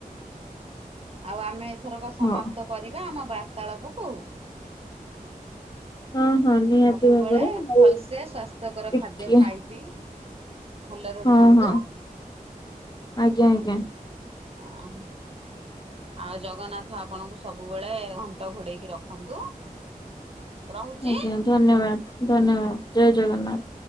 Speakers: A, on the right; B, on the left.
A: ଆଉ ଆମେ ଏଥରକ ସମାପ୍ତ
B: ହଁ।
A: କରିବା ଆମ ବାର୍ତାଳାପକୁ
B: ହଁ ହଁ ନିହାତି
A: ସବୁବେଳେ
B: ଭାବରେ ଆଉ
A: ଭଲସେ ସ୍ଵାସ୍ଥ୍ୟକର
B: ଟିକେ
A: ଖାଦ୍ୟ ଖାଇ ପିଇ ଭଲରେ
B: ହଁ
A: ରୁହନ୍ତୁ।
B: ହଁ ଆଜ୍ଞା ଆଜ୍ଞା।
A: ଆମ ଆଉ ଜଗନ୍ନାଥ ଆପଣଙ୍କୁ ସବୁବେଳେ ଘଣ୍ଟ ଘୋଡେଇକି ରଖନ୍ତୁ? ରହୁଛି।
B: ଆଜ୍ଞା ଧନ୍ୟବାଦ ଧନ୍ୟବାଦ ଜୟ ଜଗନ୍ନାଥ।